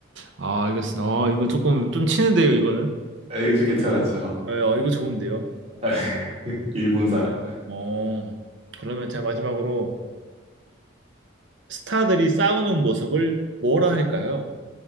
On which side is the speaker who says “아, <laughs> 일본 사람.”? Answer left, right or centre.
Right